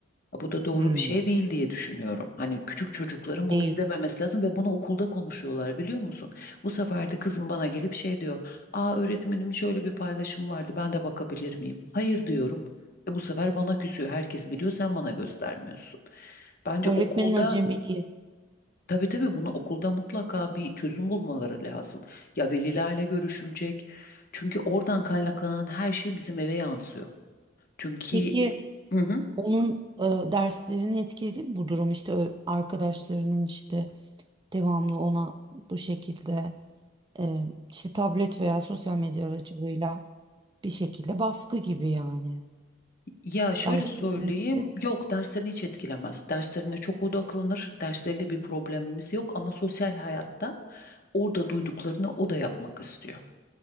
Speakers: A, on the left; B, on the right.
A: Bu da doğru
B: Hmm,
A: bir şey değil diye düşünüyorum. Hani küçük çocukların bunu
B: değil.
A: izlememesi lazım ve bunu okulda konuşuyorlar biliyor musun? Bu sefer de kızım bana gelip şey diyor. Aa öğretmenim şöyle bir paylaşım vardı ben de bakabilir miyim? Hayır diyorum. E bu sefer bana küsüyor. Herkes biliyor sen bana göstermiyorsun. Bence
B: Öğretmenin
A: okulda
B: acemiliği.
A: tabii tabii bunu okulda mutlaka bir çözüm bulmaları lazım. Ya velilerle görüşülecek. Çünkü oradan kaynaklanan her şey bizim eve yansıyor. Çünkü...
B: Peki
A: e, Hı hı.
B: Onun e, derslerini etkiledi bu durum işte ö- arkadaşlarının işte devamlı ona bu şekilde e, işte tablet veya sosyal medya aracılığıyla bir şekilde baskı gibi yani.
A: Ya şöyle
B: Derslerini
A: söyleyeyim,
B: etkiledi.
A: yok derslerini hiç etkilemez. Derslerine çok odaklanır, dersleriyle bir problemimiz yok ama sosyal hayatta orada duyduklarını o da yapmak istiyor.